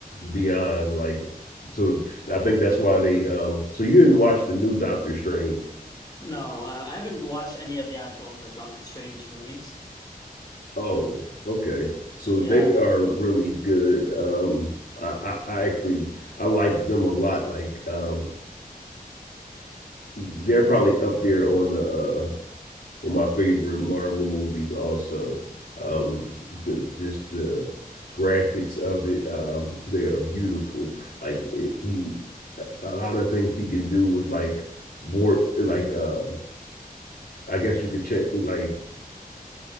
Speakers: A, on the left; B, on the left.
A: beyond like so I think that's why they. Um, so you didn't watch the new Doctor Strange?
B: No, I I haven't watched any of the actual like Doctor Strange movies.
A: Oh, okay. So
B: Yeah.
A: they are really good. Um, I, I, I actually I like them a lot. Like um, they're probably up there on the uh, on my favorite Marvel movies. Also, um, the just the graphics of it. Um, they are beautiful. Like it, he, a lot of things he could do was like more like um, I guess you could check like